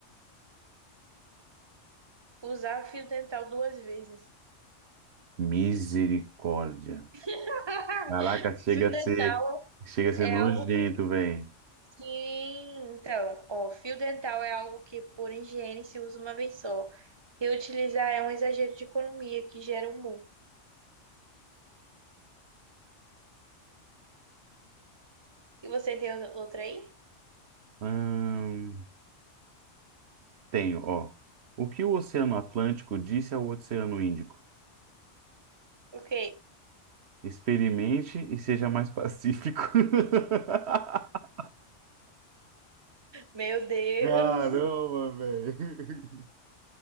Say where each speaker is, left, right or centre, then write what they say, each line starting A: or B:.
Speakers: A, on the right; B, on the right.
A: Usar fio dental duas vezes.
B: Misericórdia.
A: <laughs>
B: Caraca, chega
A: Fio
B: a
A: dental
B: ser, chega a ser
A: é
B: nojento,
A: algo
B: velho.
A: que. Então, ó, fio dental é algo que, por higiene, se usa uma vez só. Reutilizar é um exagero de economia que gera um mu. E você tem outra aí?
B: Hum, tenho, ó. O que o Oceano Atlântico disse ao Oceano Índico?
A: Ok.
B: Experimente e seja mais pacífico. <laughs>
A: Meu Deus,
B: Caramba, velho.